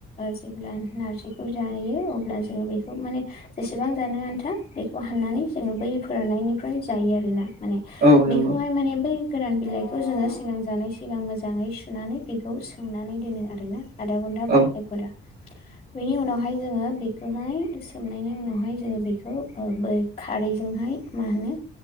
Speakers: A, on the left (about 30°); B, on the right (about 55°).
A: जेब्ला नारजिखौ जायो अब्ला जोङो बेखौ माने जेसेबां जानो आन्था बेखौ हाननानै जोङो बै फोराननायनिफ्राय जायो आरोना माने
B: औ नंगौ
A: बेखौहाय माने बै गोरान बिलाइखौ जोङो सिगां जानाय सिगां मोजाङै सुनानै बेखौ सोमनानै दोनो आरोना आधा घन्टा बाय
B: औ
A: एक घन्टा बेनि उनावहाय जोङो बेखौहाय सोमनायनि उनावहाय जोङो बेखौ बै खारैजोंहाय मा होनो